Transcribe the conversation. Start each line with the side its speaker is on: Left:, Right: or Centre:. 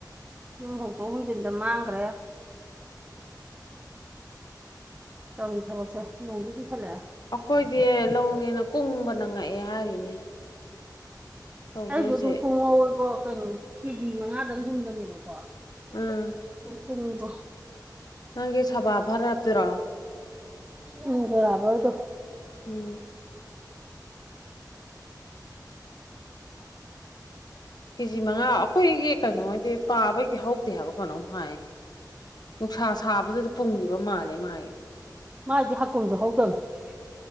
Right: ꯌꯨꯝꯍꯣꯡꯇꯣꯛ ꯍꯣꯡꯖꯤꯟꯗ ꯃꯥꯡꯈ꯭ꯔꯦ ꯇꯧꯔꯤ ꯊꯕꯛꯁꯦ ꯅꯣꯡꯗꯤ ꯆꯨꯁꯤꯜꯂꯛꯢ
Left: ꯑꯩꯈꯣꯏꯗꯤ ꯂꯧꯅꯦꯅ ꯀꯨꯡꯕꯅ ꯉꯛꯑꯦ ꯍꯥꯏꯔꯤꯅꯦ ꯇꯧꯗꯣꯏꯁꯦ
Right: ꯑꯩꯁꯨ ꯑꯗꯨꯝ ꯀꯣꯡꯍꯧꯕ ꯀꯩꯅꯣ ꯀꯦ ꯖꯤ ꯃꯉꯥꯗꯪ ꯍꯨꯟꯕꯅꯦꯕꯀꯣ
Left: ꯎꯝ
Right: ꯀꯨꯝꯕꯣ <unintelligible>
Left: ꯅꯪꯒꯤ ꯁꯥꯕꯥꯚꯥꯔ ꯍꯥꯥꯞꯇꯣꯏꯔꯣ
Right: ꯎꯝ ꯌꯥꯔꯣꯏꯗꯣ
Left: ꯎꯝ ꯀꯦꯖꯤ ꯃꯉꯥ ꯑꯩꯈꯣꯏꯒꯤ ꯀꯩꯅꯣꯗꯣ ꯇꯥꯕꯩꯗꯤ ꯍꯧꯗꯦ ꯍꯥꯏꯕ ꯀꯩꯅꯣꯝ ꯍꯥꯏ ꯅꯨꯡꯁꯥ ꯁꯥꯕꯗꯨꯗ ꯄꯨꯨꯡꯈꯤꯕ ꯃꯥꯜꯂꯦ ꯃꯥꯏ
Right: ꯃꯥꯏꯗꯤ ꯍꯥꯀꯨꯝꯁꯨ ꯍꯧꯗꯝꯅꯦ